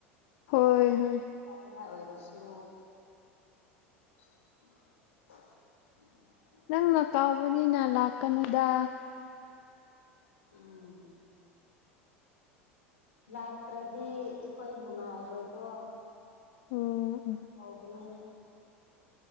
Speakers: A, on the left; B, on the left.
A: ꯍꯣꯏ ꯍꯣꯏ
B: ꯇꯥꯅꯤꯡꯉꯥꯏ ꯑꯣꯏꯔꯁꯨ <unintelligible>
A: ꯅꯪꯅ ꯀꯥꯎꯕꯅꯤꯅ ꯂꯥꯛꯀꯅꯤꯗ
B: ꯎꯝ ꯂꯥꯛꯇ꯭ꯔꯗꯤ ꯑꯩꯈꯣꯏ ꯅꯨꯡꯉꯥꯏꯔꯣꯏꯀꯣ
A: ꯎꯝ
B: ꯀꯥꯎꯕꯅꯤ